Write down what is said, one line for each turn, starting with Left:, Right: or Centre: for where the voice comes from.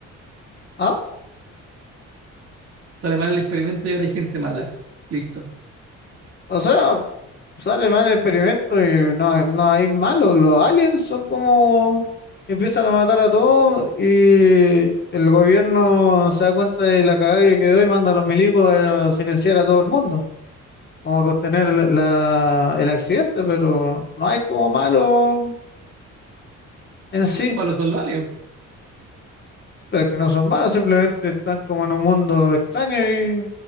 Left: Ah,
Right: Sale mal el experimento y ahora hay gente mala. Listo.
Left: o sea, sale mal el experimento y no, no hay malos. Los aliens son como empiezan a matar a todos y el gobierno se da cuenta de la cagada que quedó y manda a los milicos a silenciar a todo el mundo, como a contener la, la- el accidente, pero no hay como malos en sí,
Right: Los malos son los aliens.
Left: pero que no son malos, simplemente están como en un mundo extraño y